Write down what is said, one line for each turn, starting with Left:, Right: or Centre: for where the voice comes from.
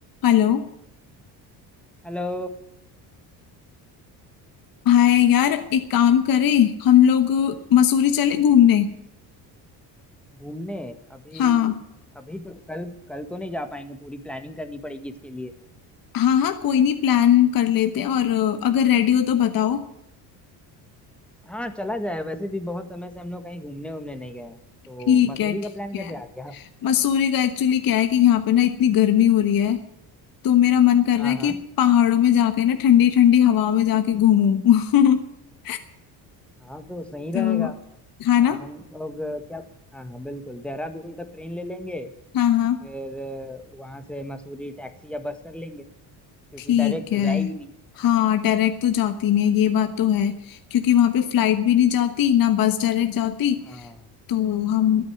Left: Hello
Centre: Hello
Left: Hi यार एक काम करें हम लोग मसूरी चले घूमने
Centre: घूमने अभी
Left: हाँ
Centre: अभी तो कल कल तो नहीं जा पाएंगे पूरी प्लानिंग करनी पड़ेगी इसके लिए
Left: हाँ हाँ कोई नहीं प्लान कर लेते हैं और अ, अगर रेडी हो तो बताओ
Centre: हाँ चला जाए वैसे भी बहुत समय से हम लोग कहीं घूमने घूमने नहीं गए हैं
Left: ठीक
Centre: तो मसूरी
Left: है ठीक
Centre: का प्लान कैसे
Left: है
Centre: आ गया
Left: मसूरी का एक्चुअली क्या है कि यहाँ पे ना इतनी गर्मी हो रही है तो मेरा मन कर
Centre: हाँ
Left: रहा है
Centre: हाँ
Left: कि पहाड़ों में जाके ना ठंडी ठंडी हवा में जाके घूमूं <laughs>
Centre: हाँ तो सही रहेगा
Left: तो है
Centre: अ, हम
Left: ना
Centre: लोग अ, क्या हाँ हाँ बिल्कुल देहरादून तक ट्रेन ले लेंगे
Left: हाँ हाँ
Centre: फिर अ, वहाँ से मसूरी टैक्सी या बस कर लेंगे क्योंकि
Left: ठीक
Centre: डायरेक्ट तो
Left: है
Centre: जाएगी नहीं
Left: हाँ डायरेक्ट तो जाती नहीं है ये बात तो है क्योंकि वहां पे फ्लाइट भी नहीं जाती ना बस डायरेक्ट जाती
Centre: हाँ
Left: तो हम